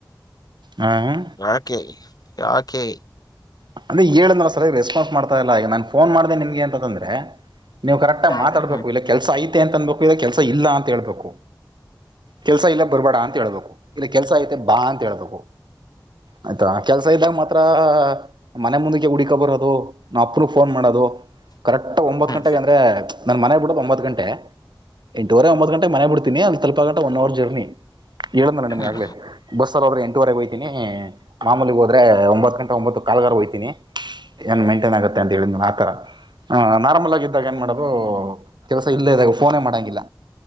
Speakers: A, on the right; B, on the left.
A: ಹ.
B: ಯಾಕೆ ಯಾಕೆ.
A: ಆಯಾ ಅಂದ್ರೆ ಹೇಳಿದ್ಹ್ನಾಲ ಸರಿ ರೆಸ್ಪಾನ್ಸ್ ಮಾಡತ ಇಲ್ಲ ಈಗ ನನ್ ಫೋನ್ ಮಾಡ್ದೆ ನಿಮಗೆ ಅಂತ ಅಂದ್ರೆ ನೀವು ಕರೆಕ್ಟ್ಗ
B: ಹ್ಮ್
A: ಮಾತಡ್ಬೇಕ ಇಲ್ಲ ಕೆಲಸ ಐತೆ ಅಂತ ಅನ್ಬೇಕು ಇಲ್ಲ ಕೆಲಸ ಇಲ್ಲ ಅಂತ ಹೇಳ್ಬೇಕು ಕೆಲ್ಸ ಇಲ್ಲ ಬರ್ಬೇಡ ಅಂತ ಹೇಳ್ಬೇಕು. ಇಲ್ಲ ಕೆಲ್ಸ ಐತೆ ಬಾ ಅಂತ ಹೇಳ್ಬೇಕು ಆಯ್ತಾ ಕೆಲ್ಸ ಇದ್ದಾಗ ಮಾತ್ರ ಮನೆ ಮುಂದಕ್ಕೆ ಹುಡಿಕಬರೋದು ನಾ ಅಪ್ಪನಿಗೆ ಫೋನ್ ಮಾಡೋದು ಕರೆಕ್ಟ್ ಒಂಬತ್ ಗಂಟೆಗೆ
B: ಹ್ಮ್
A: ಅಂದ್ರೆ ನ ಮನೆ ಬಿಡೋದು ಒಂಬತ್ ಗಂಟೆ ಎಂಟೂವರೆ ಒಂಬತ್ ಗಂಟೆ ಮನೆ ಬಿಡ್ತೀನಿ ಅಲ್ಲಿ ತಲ್ಪಗಂಟ ಒನ್ ಅವರ್ ಜರ್ನಿ. ಹೇಳುದ್ನಲ ನಿಮ್ಗ್
B: ಹ್ಮ್
A: ಆಗ್ಲೆ ಬಸ್ಸಲ್ಲಿ ಹೋದ್ರೆ ಎಂಟೂವರೆಗೆ ಹೋಗ್ತೀನಿ ಮಾಮೂಲಿ ಹೋದ್ರೆ ಒಂಬತ್ ಗಂಟೆ ಒಂಬತ್ತು. ಕಾಲ್ಗಾರ್ ಹೊಯ್ತಿನಿ ಏನ್ ಮೇಂಟೈನ್ ಆಗುತ್ತೆ ಅಂತ ಹೇಳಿದ್ನಾಲಾ ಆತರ. ಹ ನಾರ್ಮಲ್ ಆಗಿದ್ದಾಗ ಏನ್ ಮಾಡೋದು ಕೆಲಸ ಇಲ್ಲೇ ಇದಾಗ ಫೋನೇ ಮಾಡಂಗಿಲ್ಲ.